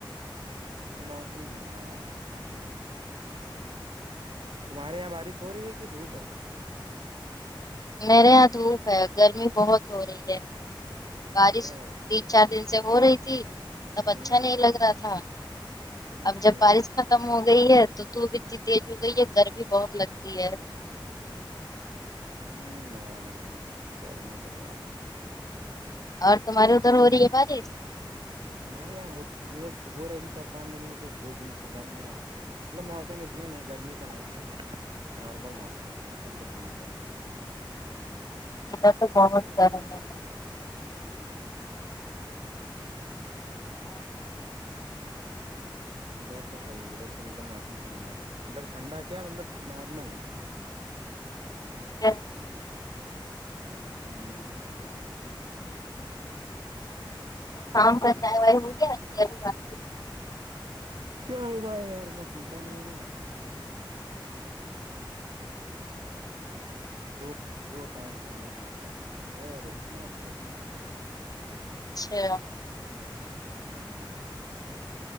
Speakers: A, on the right; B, on the left.
A: نہیں یار کہاں پلان رہ تمہارے یہاں بارش ہو رہی ہے کہ دھوپ ہے
B: میرے یہاں دھوپ ہے گرمی بہت ہو رہی ہے بارش
A: اچھا
B: دن چار دن سے ہو رہی تھی تب
A: ہوں
B: اچھا نہیں لگ رہا تھا
A: اچھا
B: اب جب بارش ختم ہو گئی ہے تو دھوپ اتنی تیز ہو گئی ہے گر بھی بہت لگتی ہے
A: ہوں یار گرمی تو بہت ہے
B: اور تمہاری ادھر ہو رہی ہے بارش
A: ہمارے یہاں مطلب ہو رہی تھی چار پانچ دن میں پھر دو دن سے بند ہے مطلب موسم اتنا نہیں گرمی کا نہیں ہے نارمل موسم ہے موسم تو ٹھیک ہے مطلب
B: اا تو بہت گرم ہے
A: ادھر تو صحیح ادھر تو مطلب موسم ٹھنڈا ہے مطلب ٹھنڈا کیا مطلب نارمل ہے
B: چ
A: ہوں
B: شام کا چائے وائے ہو گیا رووار
A: چے بائے یار میں پیتا نہیں ہوں دو دو ٹائم کھانا کھاتا ہے صبح اور ایک شام بس
B: اچھا
A: ہوں